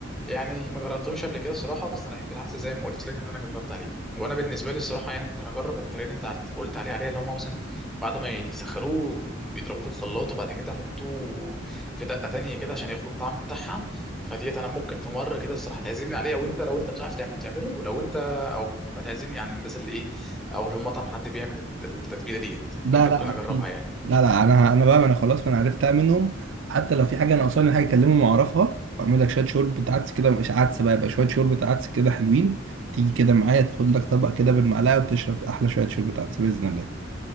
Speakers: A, in the centre; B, on the right.
A: يعني ما جربتهمش قبل كده الصراحه بس انا احب العدس زي ما قلت لك ان انا جربت عليه وانا بالنسبه لي الصراحه يعني ممكن اجرب الطريقه اللي انت عت- قلت عليها عليها اللي هم مثلا بعد ما يسخروه يحطوه- يضربوه في الخلاط وبعد كده يحطوه في دقه تانية كده عشان ياخدوا الطعم بتاعها فديت انا ممكن في مره كده الصراحه تعزمني عليه او انت لو انت بتعرف تعمله تعمله لو انت او ممكن بقى تعزمني عند الناس اللي ايه او لو مطعم حد بيعمل الت- التتبيله ديت
B: لا
A: اكيد ممكن
B: لا
A: اجربها
B: اكيد
A: يعني
B: لا لا انا انا بقى ما انا خلاص ما انا عرفتها منهم حتى لو في حاجه ناقصاني حاجه اكلمهم واعرفها واعمل لك شويه شوربه عدس كده مش عدس بقى يبقى شويه شوربه عدس كده حلوين تيجي كده معايا تاخد لك طبق كده بالمعلقه وتشرب احلى شويه شوربه عدس باذن الله